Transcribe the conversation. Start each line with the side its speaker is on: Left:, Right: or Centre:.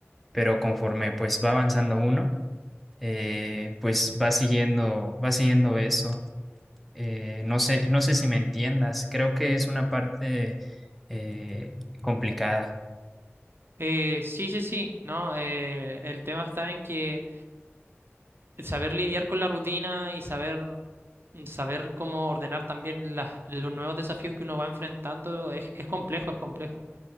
Centre: pero conforme pues va avanzando uno, eh, pues va siguiendo, va siguiendo eso. Eh, no sé, no sé si me entiendas, creo que es una parte eh, complicada.
Right: Eh, sí, sí, sí, ¿no? Eh, el tema está en que saber lidiar con la rutina y saber Saber cómo ordenar también las- los nuevos desafíos que uno va enfrentando es, es complejo, es complejo.